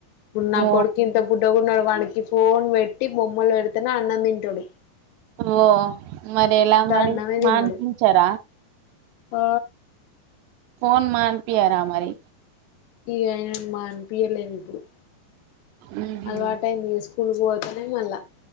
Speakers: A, on the left; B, on the right.
A: ఉన్నా
B: ఓ
A: కొడుకింత బుడ్డ కూడాన్నాడు వాణకి ఫోన్ పెట్టి బొమ్మలు పెడితేనే అన్నం తింటాడు
B: ఓ మరి ఎలా మరి
A: అన్నమే తినడు
B: మన్ చార
A: ఆ
B: పోన్ మాన్పియర మరి
A: ఇక అయన మా అనిపియలేమి ఇప్పుడు
B: ఊహూ
A: అలవాటయింది స్కూల్కి పోతేనే మళ్ళా